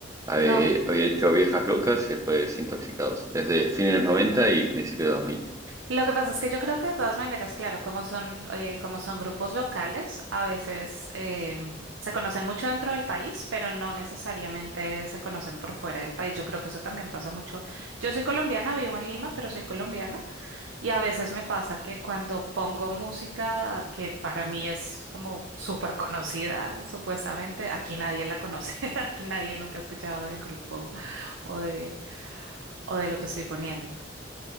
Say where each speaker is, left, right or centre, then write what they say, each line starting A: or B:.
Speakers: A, on the right; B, on the right.
A: Había,
B: no,
A: había hecho Viejas Locas y después Intoxicados. Es de fines de los 90 y principios de dos mil
B: Lo que pasa es que yo creo que de todas maneras, claro, como son, eh, como son grupos locales, a veces eh, se conocen mucho dentro del país, pero no necesariamente se conocen por fuera del país. Yo creo que eso también pasa mucho. Yo soy colombiana, vivo en Lima, pero soy colombiana y a veces me pasa que cuando pongo música que para mí es como súper conocida, supuestamente, aquí nadie la conoce, <laughs> aquí nadie nunca ha escuchado del grupo o de, o de lo que estoy poniendo.